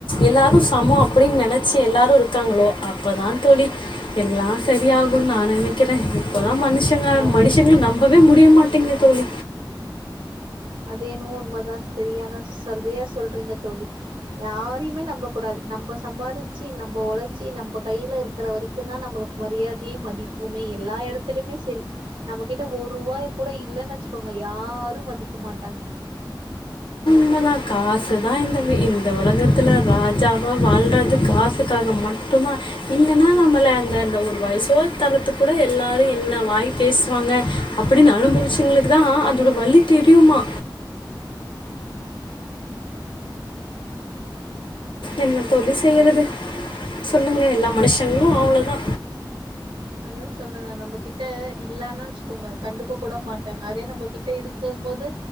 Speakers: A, on the left; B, on the right.
A: எல்லாரும் சமோம் அப்பிடின்னு நெனச்சி எல்லாரும் இருக்காங்களோ அப்ப தா தோழி எல்லா சரியாகுன்னு நான் நெனைக்கிறேன் இப்போலா மனுஷங்க
B: அது
A: மனுஷங்கள
B: என்னவோ
A: நம்பவே முடிய மாட்டேங்குது தோழி
B: அது என்னவோ உண்ம தா சரியானா சரியா சொல்றீங்க தோழி யாரையுமே நம்பக் கூடாது நம்ப சம்பாரிச்சு நம்ப ஒழச்சி நம்ப கையில இருக்கிற வரைக்குந் தா நம்பளுக்கு மரியாதையு மதிப்பு ப்புமே எல்லா எடத்துலயுமே செரி நம்மகிட்ட ஒரு ரூவாய் கூட இல்லன்னு வச்சுக்கோங்க யாரும் மதிக் க்க மாட்டாங்க
A: ண்ம தா காசு தான் இந்த வே இந்த உலகத்தில ராஜாவா வாழ்றது காசுக்காக மட்டு தான் இல்லேன்னா நம்மள அந்த அந்த ஒரு வாய் சோற் தரத்துக் கூட எல்லாரும் என்ன வாய் பேசுவாங்க அப்பிடின்னு அனுபவிச்சவங்ளுக்குத் தா அதோட வலி தெரியுமா என்ன தோழி செய்யறது சொல்லுங்க எல்லா மனுஷங்களும் அவ்ளோதா
B: அதா சொல்றேனே நம்ப கிட்ட இல்லேன்னு வச்சுக்கோங்க கண்டுக்க கூட மாட்டாங்க அதே நம்ப கிட்ட இருக்கும் போது